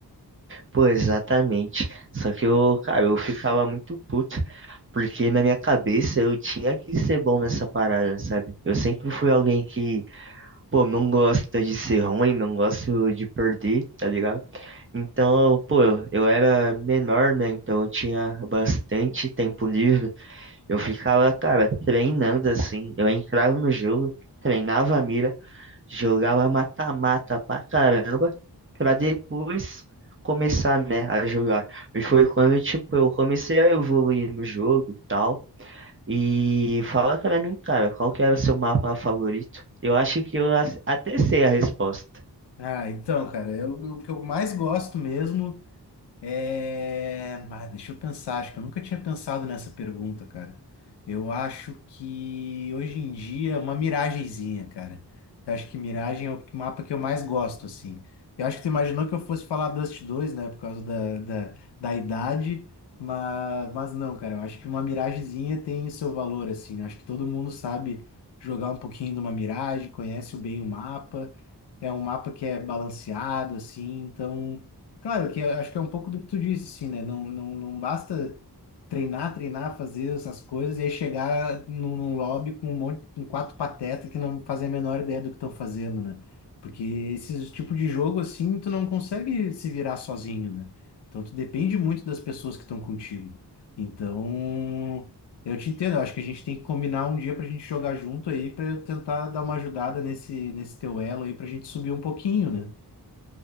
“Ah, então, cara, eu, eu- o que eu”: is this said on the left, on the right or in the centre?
Left